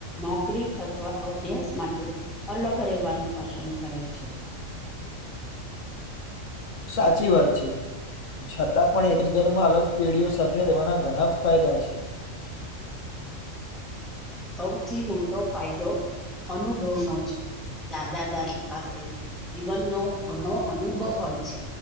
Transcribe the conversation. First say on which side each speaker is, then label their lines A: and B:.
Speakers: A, in the centre; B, on the left (about 75°).
A: નોકરી અથવા અભ્યાસ માટે અલગ રહેવાનું પસંદ કરે છે.
B: સાચી વાત છે. છતાં પણ એક જ ઘરમાં અલગ પેઢીઓ સાથે રહેવાના ઘણા ફાયદા છે.
A: સૌથી મોટો ફાયદો અનુભવનો છે. દાદા-દાદી પાસે જીવનનો ઘણો અનુભવ હોય છે.